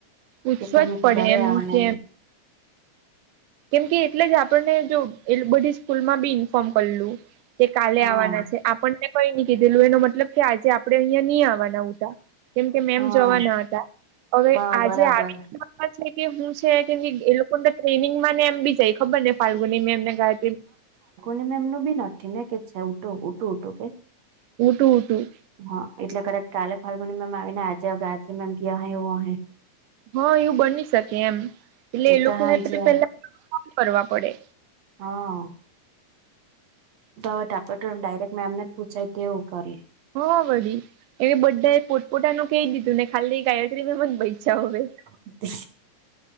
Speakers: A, on the right; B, on the right.
A: પૂછવા
B: કે તમે
A: જ
B: કે
A: પડે
B: ડરે્યાને
A: એમ કેમ કેમ કે એટલે જ આપણને જો એ બધી સ્કૂલમાં બી ઇન્ફોર્મ કરેલું. તે કાલે
B: હા
A: આવવાના છે આપણને કઈ ન કીધેલું એનો મતલબ કે આજે આપડે અહિયાયા નહી આવવાના ઉટ કેમ કે મેમ
B: હા
A: જોવા ના હતા હવે
B: હા
A: આજે
B: બરાબર
A: આવી છે કે હું છે કેમ એ લોકોને તો ટ્રેનિંગ ને એમ બી જાય ખબર ને ફાલ્ગુની એમને ગાય
B: એનું બી નથી ને કે છે ઉટું ઉટું ઉટું કે
A: ઉટું ઉટું
B: હા એટલે કદાચ કાલે ફાર્મુની મેમ આવી ને આજે ગાયત્રી મેમ ગયા એવું હહી
A: હા એવું બની શકે એમ એટલે
B: તે
A: એ લોકો
B: તો હાંજે
A: પેલા કરવા પડે
B: હા. તોવે આપે ડાયરેક્ટ મેમને જ પૂછાય તે એવું કરીએ.
A: હા વડી એને બધાએ પોટપોટાનું કહી દીધું ને ખાલી ગાયત્રી મેમ જ પૈછ હવે
B: <inaudible>